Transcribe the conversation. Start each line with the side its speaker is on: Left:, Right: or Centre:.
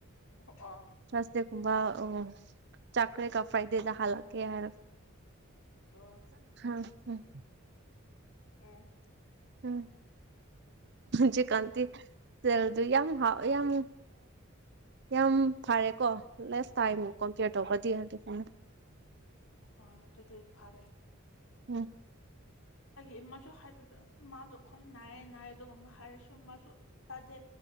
Left: ꯑꯣ ꯑꯣ
Right: ꯁꯋꯥꯁꯦ ꯀꯨꯝꯕ ꯑꯣ ꯆꯥꯛꯀ꯭ꯔ ꯀ ꯐꯥꯏꯗꯦꯗ ꯍꯜꯂꯛꯀꯤ ꯍꯥꯏꯔ
Left: ꯑꯣ
Right: ꯎꯝ ꯎꯝ
Left: ꯎꯝ
Right: ꯎꯝ ꯖꯤ ꯀꯥꯟꯇꯤ ꯆ ꯑꯗꯨ ꯌꯥꯝ ꯍꯥꯎ ꯌꯥꯝ ꯌꯥꯝ ꯐꯔꯦꯀꯣ ꯂꯦꯁ ꯇꯥꯏꯝ
Left: ꯎꯝ
Right: ꯀꯝꯄꯤꯌꯔ ꯇꯧꯕꯗꯤ ꯑꯗꯨꯃꯥꯏꯅ
Left: ꯑ ꯑꯗꯨꯗꯤ ꯐꯔꯦ
Right: ꯎꯝ
Left: ꯑꯩꯒꯤ ꯃꯥꯁꯨ ꯍꯥꯏꯕꯗꯣ ꯃꯥꯁꯨ ꯈ ꯅꯥꯏꯔꯦ ꯅꯥꯏꯔꯦ ꯑꯗꯨꯒ ꯍꯥꯏꯔꯁꯨ ꯃꯥꯁꯨ ꯇꯥꯗꯦ